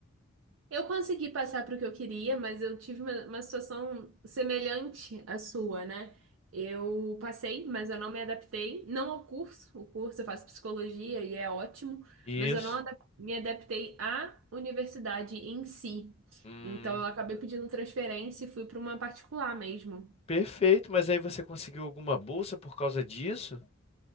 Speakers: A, on the right (about 70°); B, on the left (about 30°).
A: Eu consegui passar para o que eu queria, mas eu tive uma, uma situação semelhante à sua, né? Eu passei, mas eu não me adaptei, não ao curso, o curso eu faço psicologia e é ótimo,
B: Isso.
A: mas eu não adap- me adaptei à universidade em si.
B: Hum.
A: Então eu acabei pedindo transferência e fui para uma particular mesmo.
B: Perfeito, mas aí você conseguiu alguma bolsa por causa disso?